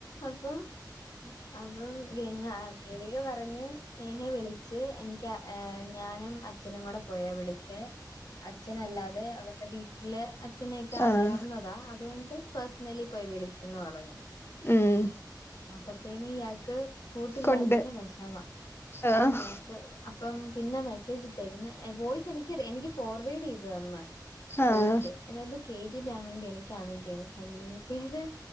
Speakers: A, on the left; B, on the left.
A: അപ്പം. അപ്പം ഗങ്ങാ ദേവിക പറഞ്ഞ് സ്നേഹെ വിളിച്ച് എൻക്ക്യ. ഏഹ് ഞാനും അച്ഛനും കൂടെ പോയാ വിളിച്ചെ അച്ഛനല്ലാതെ അവർടെ വീട്ടിലെ അച്ഛനെക്കെ അറിയാവുന്നതാ
B: ആഹ്
A: അ തുകൊണ്ട് പെസ് ന്നെല്ലി പോയി വിളിച്ചന്ന് പറഞ്
B: ഉം
A: അപ്പത്തേനി ഇയാക്ക്. കൂട്ടില്ലാത്തെൻ്റെ
B: കൊണ്ട്
A: വെഷമ
B: ആഹ്
A: യാക്ക്. അപ്പം പിന്നെ മെസ്സേജിട്ടേക്കുന്നെ എ വോയ്സെനിക്ക്യത് എനിക്ക് ഫോർവേഡെയ്തു തന്ന്. വോയ്സ്
B: ആഹ്
A: എന്ന അത് കേട്ടിട്ടാന്നെങ്കി എനിക്ക്യാന്നെങ്കി ങ്ങ് ഭയ്ങ്കര.